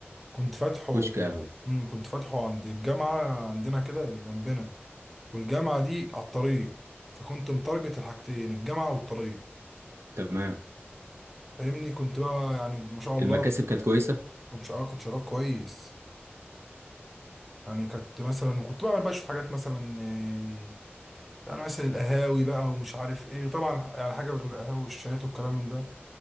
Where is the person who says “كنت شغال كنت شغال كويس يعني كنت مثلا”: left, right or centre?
Centre